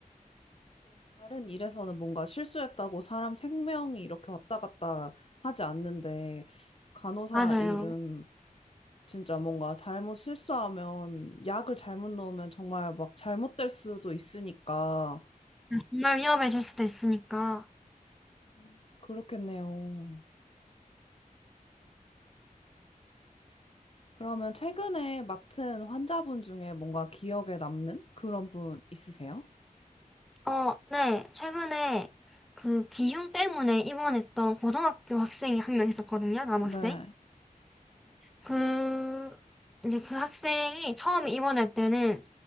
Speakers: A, on the left (about 40°); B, in the centre.
A: 하긴 다른 일에서는 뭔가 실수했다고 사람 생명이 이렇게 왔다 갔다 하지 않는데, 간호사
B: 맞아요.
A: 일은 진짜 뭔가 잘못 실수하면, 약을 잘못 넣으면 정말 막 잘못될 수도 있으니까,
B: 정말 위험해질 수도 있으니까.
A: 음, 그렇겠네요. 그러면 최근에 맡은 환자분 중에 뭔가 기억에 남는 그런 분 있으세요?
B: 어, 네. 최근에 그 기흉 때문에 입원했던 고등학교 학생이 한 명 있었거든요, 남학생.
A: 네.
B: 그, 이제 그 학생이 처음 입원할 때는